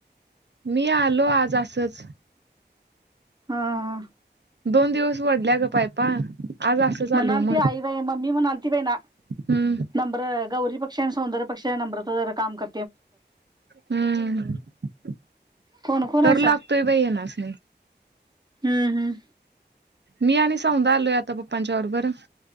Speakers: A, on the right; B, on the right.
A: मी आलो आ ज असच.
B: हां.
A: दोन दिवस वढल्या गं पायपा. आज असंच
B: म्हणालती
A: आलो मग
B: आई बाई मम्मी म्हणालती बाई ना
A: हम्म
B: नंबरं गौरीपेक्षा आणि सौंदर्यापेक्षा नम्रता जरा काम कर
A: हम्म
B: कोण कोण
A: करू
B: आहेसा
A: लागतोय बाई ह्यानासनी.
B: हम्म हम्म.
A: मी आणि सौदा आलोय आता पपांच्या बरोबर.